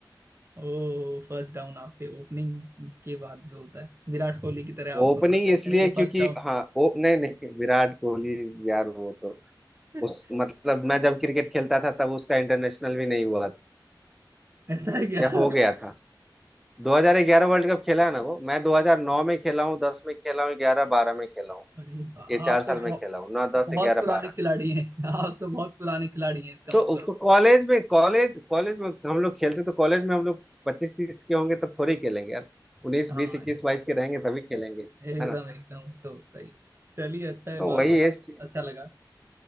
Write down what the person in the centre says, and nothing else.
ओपनिंग
इसलिए
क्योंकि
हाँ ओ नहीं नहीं विराट कोहली यार वो तो
उस मतलब मैं जब क्रिकेट खेलता था तब उसका इंटरनेशनल भी नहीं हुआ था
या
हो गया था 2011 वर्ल्ड कप खेला है ना वो मैं 2009 में खेला हूँ 10 में खेला हूँ 11 12 में खेला हूँ
ये
चार साल
में खेला हूँ ना 10
11
12
तो
तो कॉलेज में कॉलेज कॉलेज में हम लोग खेलते तो कॉलेज में हम लोग पच्चीस तीस के होंगे तब थोड़ी खेलेंगे यार उन्नीस
बीस इक्कीस बाईस के रहेंगे तभी खेलेंगे
है ना
तो
वही
एज थी